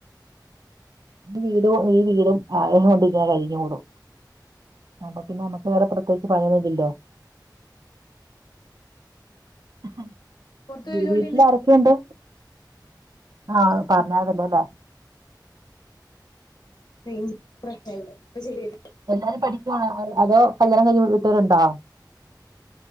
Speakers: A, on the right; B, on the left.
A: ഈ വീടും ഈ വീടും ആയ കൊണ്ട് ഇങ്ങനെ കഴിഞ്ഞ് പോണു അപ്പൊ പിന്നെ നമ്മക്ക് വേറെ പ്രത്യേകിച്ച് പണിയൊന്നുല്ലല്ലോ ഇഹ്
B: പുറത്ത്
A: വി
B: പോയി ജോലി
A: വീട്ടിൽ
B: എന്ത്
A: ആരൊക്കെയുണ്ട് ആഹ
B: കേക്ക
A: പറഞ്ഞാ തല്ലേല
B: പിൻ പ്ര അയ്‌വ പ്പോ ശര്യാ
A: എല്ലാരും പഠി ന്നോ അതോ കല്യാണം കയിഞ്ഞ് വീട്ടെരുണ്ടോ